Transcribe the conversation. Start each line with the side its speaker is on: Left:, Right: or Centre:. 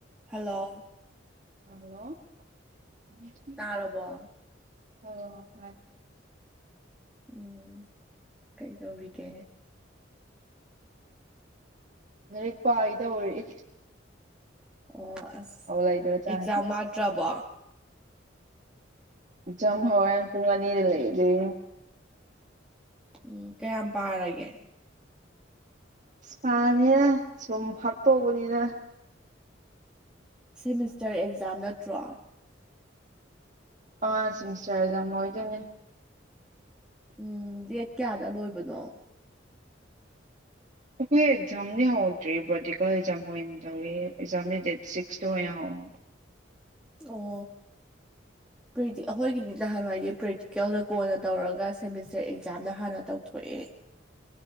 Centre: hello
Right: hello <unintelligible>
Centre: ꯇꯥꯔꯕꯣ
Right: ꯑꯣ ꯍꯣꯏ
Centre: ꯎꯝ ꯀꯩꯗꯧꯔꯤꯒꯦ
Right: ꯂꯥꯔꯤꯛ ꯄꯥꯒꯦ ꯇꯧꯔꯛꯏ
Centre: ꯑꯣ ꯑꯁ
Right: ꯊꯕꯛ ꯂꯩꯇꯕꯖꯥꯠꯅꯤ
Centre: ꯑꯦꯛꯖꯥꯝ ꯋꯥꯠꯇ꯭ꯔꯕꯣ
Right: ꯑꯦꯛꯖꯥꯝ ꯍꯧꯋꯦꯟ ꯄꯨꯡ ꯑꯅꯤꯗ ꯂꯩ ꯑꯗꯨꯒꯤ
Centre: ꯎꯝ ꯀꯌꯥꯝ ꯄꯥꯔꯒꯦ
Right: ꯄꯥꯥꯗꯦꯗꯥ ꯁꯨꯝ ꯐꯥꯛꯇꯣꯛꯄꯅꯤꯗ
Centre: ꯁꯦꯃꯤꯁꯇꯔ ꯑꯦꯛꯖꯥꯝ ꯅꯠꯇ꯭ꯔꯣ
Right: ꯑꯥ ꯁꯤꯃꯤꯁꯇꯔ ꯑꯦꯛꯖꯥꯝ ꯑꯣꯏꯗꯣꯏꯅꯦ
Centre: ꯎꯝ ꯗꯦꯠ ꯀꯌꯥꯗ ꯂꯣꯏꯕꯅꯣ
Right: ꯑꯩꯈꯣꯏ ꯑꯦꯛꯖꯥꯝꯗꯤ ꯍꯧꯗ꯭ꯔꯤ ꯕꯣꯇꯤꯀꯦꯜ ꯑꯦꯛꯖꯥꯝ ꯑꯣꯏꯅꯇꯧꯔꯤ ꯑꯦꯛꯖꯥꯝꯅꯤ ꯗꯦꯠ ꯁꯤꯛꯁꯇ ꯑꯣꯏꯅ ꯍꯧꯏ
Centre: ꯑꯣ ꯄ꯭ꯔꯤꯇꯤ ꯑꯍꯣꯏꯒꯤꯗꯤ ꯅꯍꯥꯟꯋꯥꯏꯗꯤ ꯄ꯭ꯔꯦꯛꯇꯤꯀꯦꯜꯅ ꯀꯣꯟꯅ ꯇꯧꯔꯒ ꯁꯦꯃꯤꯁꯇꯔ ꯑꯦꯛꯖꯥꯝꯅ ꯍꯥꯟꯅ ꯇꯧꯊꯣꯛꯑꯦ